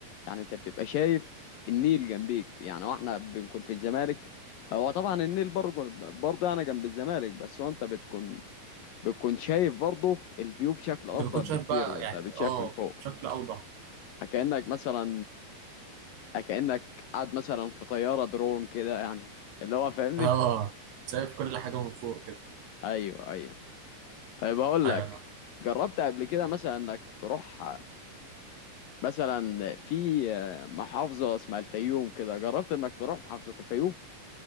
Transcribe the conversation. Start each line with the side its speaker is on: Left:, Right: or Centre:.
Left: يعني انت بتبقى شايف النيل جنبيك يعني واحنا بنكون في الزمالك هو طبعا النيل برضه برضه يعني جنب الزمالك بس هو انت بتكون بتكون شايف برضه الفيو بشكل افضل
Right: أنت بتكون
Left: بكتير
Right: شايف بقى
Left: وانت
Right: يعني
Left: بتشاف
Right: اه
Left: من فوق
Right: بشكل أوضح
Left: كأنك مثلا كأنك قاعد مثلا في طيارة درون كده يعني اللي هو فاهمني
Right: اه شايف كل حاجة من فوق كده
Left: ايوه ايوه طيب هقول
Right: أيوة
Left: لك
Right: أنا
Left: جربت قبل كده مثلا انك تروح مثلا في محافظة اسمها الفيوم كده جربت انك تروح محافظة الفيوم